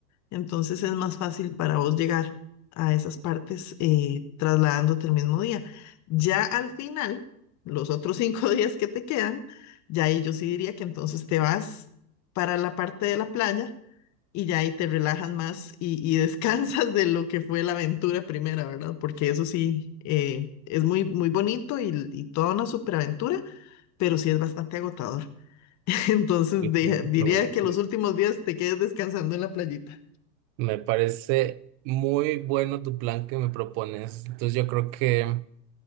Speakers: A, on the left; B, on the right.
A: Entonces es más fácil para vos llegar a esas partes eh, trasladándote el mismo día. Ya al final, los otros cinco <laughs> días que te quedan, ya ahí yo sí diría que entonces te vas para la parte de la playa y ya ahí te relajas más y, y <laughs> descansas de lo que fue la aventura primera, ¿verdad? Porque eso sí, eh, es muy, muy bonito y, y toda una superaventura, pero sí es bastante agotador. <laughs> Entonces
B: Pues,
A: de-
B: se escucha
A: diría
B: buenísimo.
A: que los últimos días te quedes descansando en la playita.
B: Me parece muy bueno tu plan que me propones. Entonces yo creo que,